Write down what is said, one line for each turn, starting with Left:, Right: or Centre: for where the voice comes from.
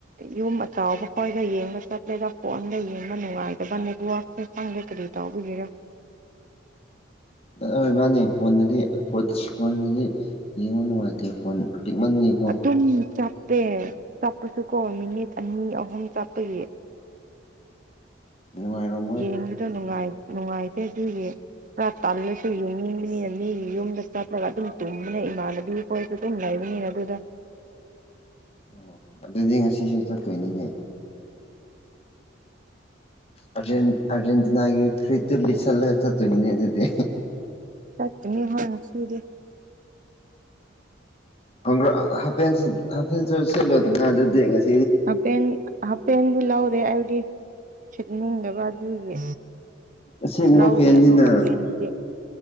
Right: ꯌꯨꯝ ꯑꯆꯥꯎꯕ ꯈ꯭ꯣꯏꯒ ꯌꯦꯡꯕ ꯆꯠꯂꯦꯗ ꯐꯣꯟꯒ ꯌꯦꯡꯕ ꯅꯨꯡꯉꯥꯏꯗꯕ ꯅꯦꯠꯋꯔꯥꯛꯁꯦ ꯐꯪꯗꯦ ꯀꯔꯤ ꯇꯕꯤ ꯀꯔꯥ
Left: ꯑꯣꯏ ꯃꯥꯅꯦ ꯐꯣꯟꯗꯗꯤ ꯐꯣꯟꯗꯗꯤ ꯌꯦꯡꯉꯣ ꯅꯨꯡꯉꯥꯏꯇꯦ ꯐꯣꯟ ꯄꯤꯛꯃꯅꯤꯡꯉꯤꯀꯣ
Right: ꯑꯗꯨꯝ ꯆꯠ ꯇꯦ ꯆꯠꯄꯁꯨ ꯀꯣ ꯃꯤꯅꯤꯠ ꯑꯅꯤ ꯑꯍꯨꯝ ꯆꯞꯄꯒꯤ
Left: ꯅꯨꯡꯉꯥꯏꯔꯣꯝ
Right: ꯌꯦꯡꯕꯗꯣꯅꯨꯡ ꯅꯨꯡꯉꯥꯏꯇꯦ ꯑꯗꯨꯏꯒꯤ ꯈꯔ ꯄꯜꯂꯁꯨ ꯌꯦꯡꯅꯤꯡꯕꯅꯤ ꯃꯤ ꯌꯨꯝꯗ ꯆꯠꯂꯒ ꯑꯗꯨꯝ ꯇꯨꯝꯅ ꯏꯃꯥꯟꯅꯕꯤ ꯍꯣꯏꯁꯨ ꯑꯗꯨꯝ ꯂꯏꯕꯅꯤꯅ ꯑꯗꯨꯗ
Left: ꯑꯣ ꯑꯗꯨꯗꯤ ꯉꯁꯤꯁꯨ ꯆꯠꯇꯣꯏꯅꯤꯅꯦ ꯑꯔꯖꯦꯟ ꯑꯔꯖꯦꯟꯇꯤꯅꯥꯒꯤ ꯀ꯭ꯔꯔꯤ ꯇ ꯂꯤ ꯆꯂ ꯇꯣ ꯏꯅꯦ ꯑꯗꯨꯗꯗꯤ
Right: ꯆꯠꯅꯤ ꯍꯅ ꯁꯤꯗꯤ
Left: ꯍꯪ꯭ꯔ ꯍꯥꯦꯟ ꯍꯥꯦꯟꯁꯨ ꯁꯦꯠꯂꯣꯗꯅ ꯑꯗꯨꯗꯤ ꯉꯁꯤ
Right: ꯍꯥꯄꯦꯟ ꯍꯥꯞꯐꯦꯟꯦꯟꯕꯨ ꯂꯧꯥꯎꯔꯦ ꯑꯩꯗꯤ ꯁꯤꯠꯅꯤꯡꯉꯒ ꯑꯗꯨꯒꯤ
Left: ꯑꯁꯦꯡꯕ
Right: ꯂꯗꯦ
Left: ꯐꯦꯟꯁꯤꯅ
Right: ꯑꯗꯨ ꯍꯥꯄꯦꯟꯕꯨꯗꯤ